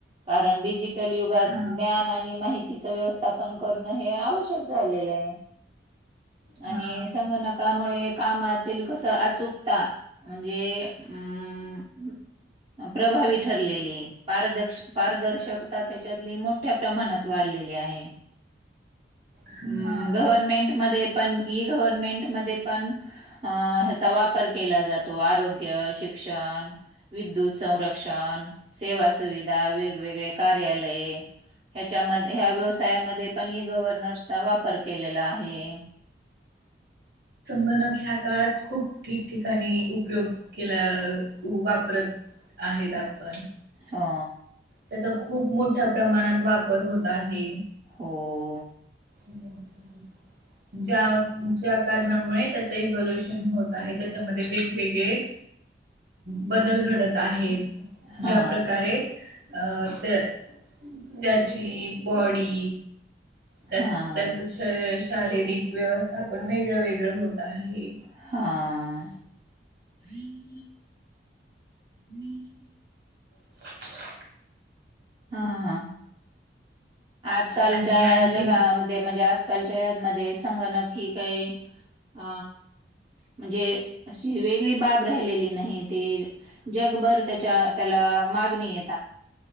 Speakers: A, on the right (about 35°); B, on the right (about 60°).
A: कारण डिजि. काली युगात
B: हा
A: ज्ञान आणि माहितीच व्यवस्थापन करणं हे आवश्यक झालेलं आहे.
B: हा
A: आणि संगणकामुळे कामातील कसं अचुकता. म्हणजे हम्म. प्रभावी ठरलेली पद पारदर्शक. आता त्याच्यातली मोठ्या प्रमाणात वाढलेली आहे.
B: हा
A: हम्म गव्हर्नमेंटमध्ये पण ई गव्हर्नमेंटमध्ये पण. अं ह्याचा वापर केला जातो आरोग्य शिक्षण. विद्युत संरक्षण सेवा सुविधा वेगवेगळे कार्यालय. ह्याच्यामध्ये ह्या व्यवसायामध्ये पण ई गव्हर्नर्सचा वापर केलेला आहे.
B: गणक ह्या काळात खूप ठिकठिकाणी उपयोग केला वापरत. आहेत आपण.
A: हो
B: त्याचा खूप मोठ्या प्रमाणात वापर होत आहे.
A: हो
B: <inaudible> ज्या ज्या कारणामुळे त्याच इव्होल्युशन होत आहे त्याच्यामध्ये वेगवेगळे. बदल घडत आहेत
A: हा
B: ज्या प्रकारे. अ ते त्याची बॉडी. त्यात
A: हा
B: त्याच श शारीरिक व्यवस्था पण वेगळं वेगळं होत आहे.
A: हा.
B: ह
A: हा आजकालच्या
B: आणि आणखीन
A: जगामध्ये. ते म्हणजे आजकालच्यामध्ये संगणक ही. काही अ म्हणजे अशी वेगळी बाब राहिलेली नाहीत. ते जगभर त्याच्या त्याला मागणी येत.